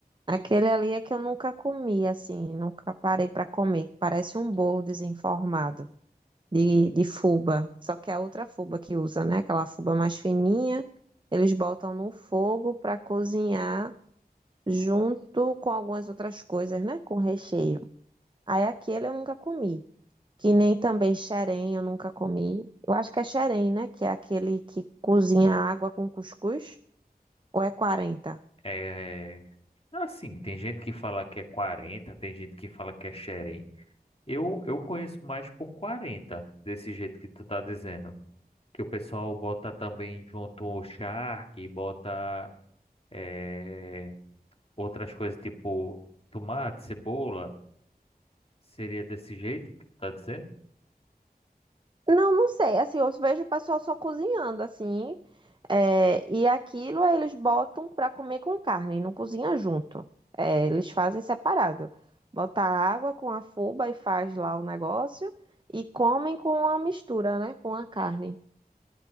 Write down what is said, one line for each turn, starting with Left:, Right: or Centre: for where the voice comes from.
Right: Aquele ali é que eu nunca comi, assim, nunca parei para comer. Parece um bolo desenformado de, de fubá. Só que é a outra fubá que usa, né? Aquela fubá mais fininha, eles botam no fogo para cozinhar junto com algumas outras coisas, né? Com recheio. Aí aquele eu nunca comi. Que nem também xerém eu nunca comi. Eu acho que é xerém, né? Que é aquele que cozinha água com cuscuz. Ou é 40?
Left: É assim, tem gente que fala que é quarenta tem gente que fala que é xerém. Eu, eu conheço mais por 40 desse jeito que tu tá dizendo. Que o pessoal bota também junto o charque, bota eh, outras coisas tipo tomate, cebola. Seria desse jeito que tu tá dizendo?
Right: Não, não sei. Assim, eu vejo o pessoal só cozinhando, assim. é, e aquilo aí eles botam pra comer com carne, não cozinha junto. É, eles fazem separado. Bota água com a fuba e faz lá o negócio. E comem com a mistura, né? Com a carne.